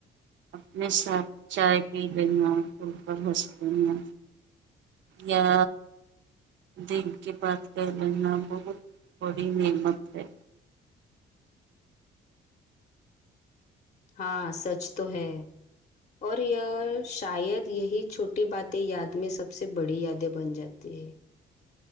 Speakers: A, on the right; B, on the left.
A: اپنے ساتھ چائے پی لینا پور پر ہنس دینا یا دل کی بات کر لینا بہت بڑی نعمت ہے
B: ہاں سچ تو ہے اور یہ شاید یہی چھوٹی باتیں یاد میں سب سے بڑی یادیں بن جاتی ہے